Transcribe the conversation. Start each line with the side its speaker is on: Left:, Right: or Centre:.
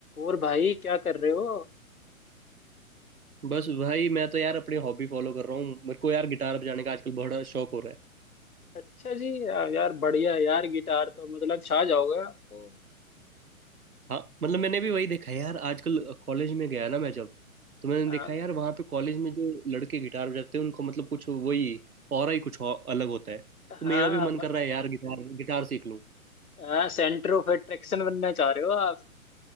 Left: और भाई क्या कर रहे हो
Right: बस भाई मैं तो यार अपनी हॉबी फॉलो कर रहा हूँ मेरे को यार गिटार बजाने का आजकल बड़ा शौक हो रहा है
Left: अच्छा जी या- यार बढ़िया यार गिटार तो मतलब छा जाओगे आप तो
Right: हाँ मतलब मैंने भी वही देखा है यार आजकल कॉलेज में गया ना मैं जब तो मैंने
Left: हाँ
Right: देखा यार वहाँ पे कॉलेज में जो लड़के गिटार बजाते हैं उनको मतलब कुछ वही और ही कुछ और अलग होता है
Left: हाँ
Right: तो मेरा भी मन
Left: म-
Right: कर रहा है यार गिटार गिटार सीख लूँ
Left: हाँ सेंटर ऑफ अट्रैक्शन बनना चाह रहे हो आप